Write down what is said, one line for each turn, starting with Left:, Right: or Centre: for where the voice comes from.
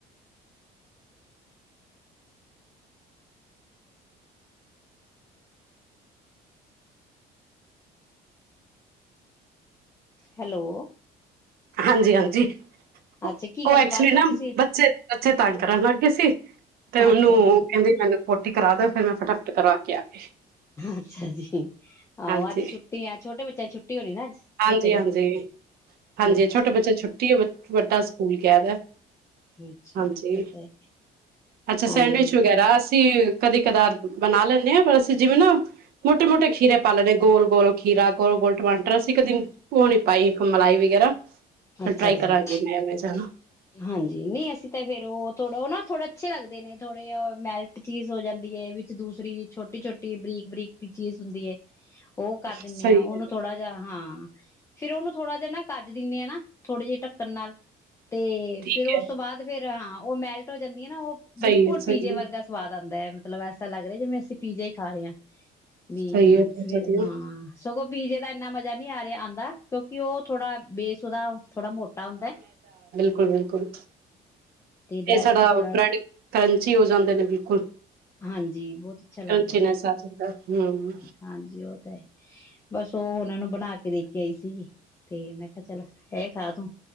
Left: ਹੈਲੋ।
Right: ਹਾਂਜੀ ਹਾਂਜੀ ਉਹ
Left: ਅੱਛਾ ਕੀ ਗੱਲ
Right: ਐਕਚੁਲੀ
Left: ਬਾਜੂ
Right: ਨਾ
Left: ਹੋ ਗਈ ਸੀ
Right: ਬੱਚੇ। ਬੱਚੇ ਤੰਗ ਕਰਨ ਲਗ। ਕਿਸੀ। ਤੇ ਉਹਨੂੰ
Left: ਅੱਛਾ ਜੀ
Right: ਕਹਿੰਦੇ ਮੈਂਨੂੰ। ਹੋਰ ਠੀਕ ਕਰਾਂ ਦਿਓ ਫ਼ਿਰ ਮੈਂ ਫਟਾਫੱਟ ਕਰਵਾ ਕੇ ਆਗੀ
Left: ਅੱਛਾ ਜੀ। ਆਹੋ
Right: ਹਾਂਜੀ
Left: ਅੱਜ਼ ਛੁੱਟੀ ਆ। ਛੋਟੇ ਬੱਚਿਆਂ ਨੂੰ ਛੁੱਟੀ ਹੋਣੀਂ ਨਾ ਅੱਜ਼
Right: ਹਾਂਜੀ
Left: ਸੈਚਰਡੇ।
Right: ਹਾਂਜੀ ਹਾਂਜੀ
Left: ਅੱਛਾ
Right: ਛੋਟੇ
Left: ਜੀ,
Right: ਬੱਚੇ ਨੂੰ ਛੁੱਟੀ ਵੱਡਾ ਸਕੂਲ ਗਿਆਂ ਕੈਦ।
Left: ਅੱਛਾ
Right: ਹਾਂਜੀ
Left: ਜੀ, ਤੇ
Right: ਅੱਛਾ ਸੈਂਡਵਿਚ
Left: ਹਾਂਜੀ।
Right: ਵਗ਼ੈਰਾ ਅਸੀਂ ਕਦੇ ਕਦਾਰ ਬਣਾਂ ਲੈਦੇ ਮੈਂ ਬੱਸ ਜਿਵੇਂ ਨਾ ਜਿਵੇਂ ਨਾ ਮੋਟੇ ਮੋਟੇ ਖੀਰੇ ਪਾ ਲੈਂਣੇ ਗੋਲ ਗੋਲ ਖੀਰਾ ਗੋਲ ਗੋਲ ਟਮਾਟਰ ਅਸੀਂ ਕਦੇ ਉਹ ਨੀਂ ਪਾਈ ਮਲਾਈ ਵਗ਼ੈਰਾ। <inaudible> ਤੇ
Left: ਅੱਛਾ
Right: ਟ੍ਰਾਈ ਕਰਾਂਗੇ
Left: ਜੀ,
Right: ਸੰਡਵਿਚ ਹੈਨਾ
Left: ਹਾਂਜੀ। ਨਹੀਂ ਅਸੀਂ ਤਾਂ ਫ਼ਿਰ ਉਹ ਥੋੜਾਂ ਉਹ ਨਾ ਥੋੜਾਂ ਅੱਛੇ ਲੱਗਦੇ ਨੇਂ ਥੋੜੇ ਮੈਲਟ ਚੀਜ ਹੋ ਜਾਂਦੀ ਹੈ। ਵਿੱਚ ਦੂਸਰੀ ਛੋਟੀ ਛੋਟੀ ਬਰੀਕ ਬਰੀਕ ਵੀ ਚੀਜ ਹੁੰਦੀ ਏ ਉਹ ਕਰ ਦਿੰਦੇਂ
Right: ਸਹੀ
Left: ਆ।
Right: ਹੈ
Left: ਉਹਨੂੰ ਥੋੜਾਂ ਜਿਹਾਂ। ਹਾਂ ਫ਼ਿਰ ਉਹਨੂੰ ਥੋੜਾਂ ਜਿਹਾਂ ਨਾ ਕੱਜ ਦਿੰਦੇਂ ਆ ਨਾ ਥੋੜੇ ਜਿਹੇ ਢੱਕਣ ਨਾਲ਼ ਤੇ
Right: ਠੀਕ
Left: ਫ਼ਿਰ ਉਸ
Right: ਹੈ
Left: ਤੋਂ ਬਾਅਦ ਫ਼ਿਰ ਹਾਂ। ਉਹ ਮੈਲਟ ਹੋ ਜਾਂਦੀ ਏਂ ਨਾ ਉਹ
Right: ਸਹੀ
Left: ਬਿਲਕੁੱਲ
Right: ਹੈ ਸਹੀ
Left: ਪੀਜੇ ਵਰਗਾਂ
Right: ਹੈ
Left: ਸਵਾਦ ਆਉਂਦਾਂ ਹੈਂ। ਮੱਤਲਬ ਐਸ਼ਾਂ ਲੱਗ ਰਿਹਾਂ ਜਿਵੇਂ ਅਸੀਂ ਪੀਜ਼ਾ ਹੀ ਖਾ ਰਹੇਂ ਹਾਂ। ਵੀ
Right: ਸਹੀ ਹੈ ਬਹੁਤ
Left: ਫ਼ਿਰ
Right: ਵਧੀਆ
Left: ਹਾਂ। ਸਗੋਂ ਪੀਜੇ ਦਾ ਇੰਨਾਂ ਮਜ਼ਾ ਨਹੀਂ ਆ ਰਿਹਾਂ ਆਉਂਦਾ ਕਿਉਂਕਿ ਉਹ ਥੋੜਾਂ ਬੇਸ ਉਹਦਾ। ਥੋੜਾਂ ਮੋਟਾ ਹੁੰਦਾਂ ਏ
Right: ਬਿਲਕੁੱਲ ਬਿਲਕੁੱਲ ਫ਼ਿਰ
Left: ਬ੍ਰੈਡ
Right: ਸਾਡਾ
Left: ਦਾ ਥੋੜਾ
Right: ਬ੍ਰੈਡ ਕਰੰਚੀ ਹੋ ਜਾਂਦੇ ਨੇਂ ਬਿਲਕੁੱਲ।
Left: ਹਾਂਜੀ ਬਹੁਤ ਅੱਛਾ ਲੱਗਦਾ
Right: ਕਰੰਚੀਨੈਸ
Left: ਨਾਲ
Right: ਆ ਜਾਂਦਾ ਹਮ
Left: ਹਾਂਜੀ ਉਹ ਤੇਬਸ ਉਹ ਉਹਨਾਂ ਨੂੰ ਬਣਾਂ ਕੇ ਦੇ ਕੇ ਆਈ ਸੀ ਤੇ ਮੈਂ ਕਿਹਾਂ ਚੱਲੋਂ ਇਹ ਖਾਂ ਲੋ